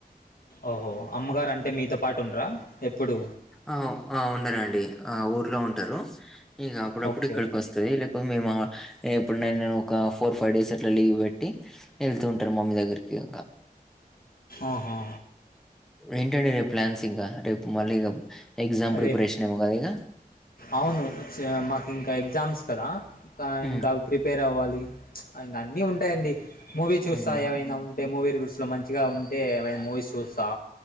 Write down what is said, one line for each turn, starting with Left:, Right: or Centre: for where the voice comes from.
Left: ఓహో అమ్మగారు అంటే మీతో పాటు ఉండరా ఎప్పుడు,
Centre: ఆ ఆ ఉండరాండి ఆ ఊర్లో ఉంటారు ఇక అప్పుడప్పుడు
Left: ఓకే
Centre: ఇక్కడికి
Left: ఓకే
Centre: వస్త, లేకపోతే మేము ఎప్పుడు నను నను ఒక ఫోర్ ఫైవ్ డేస్ అట్లా లీవ్ పెట్టి, వెళ్తూ ఉంటారు మమ్మీ దగ్గరికి ఇంకా,
Left: ఆహా,
Centre: ఏంటండి రేపు ప్లాన్స్ ఇంకా రేపు మళ్ళీ ఇక ఎగ్జామ్ ప్రిపరేషన్
Left: రేపు
Centre: ఏమో కదా ఇక,
Left: అవును మాకు ఇంకా ఎగ్జామ్స్ కదా కా
Centre: ఉమ్
Left: ఇంకా, ప్రిపేర్ అవ్వాలి అ అన్నిీ ఉంటాయిండి మూవీ చూస్తా
Centre: ఉమ్
Left: ఏమైనా ఉ, అంటే మూవీ గుూడ్స్లో మంచిగా ఉంటే ఏమైనా మూవీస్ చూస్తా,